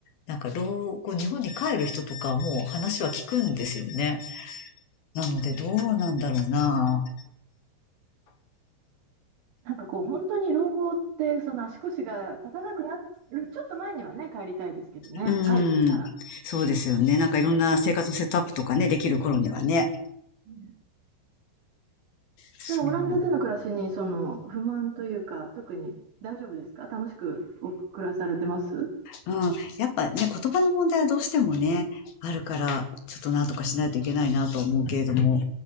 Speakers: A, on the left (about 55°); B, on the right (about 75°).
A: なんか老後、日本に帰る人とかも話は聞くんですよね。なので、どうなんだろうな。
B: なんかこう、本当に老後って、その足腰が立たなくなる、ちょっと前にはね、帰りたいですけどね、
A: う
B: 帰るとしたら。
A: ん。そうですよね。なんかいろんな生活のセットアップとかね、できる頃にはね。
B: うん
A: そう。
B: でも、オランダでの暮らしに、その不満というか、特に大丈夫ですか楽しくお暮らされてます
A: うん。やっぱね、言葉の問題はどうしてもね、あるから、ちょっとなんとかしないといけないなとは思うけれども。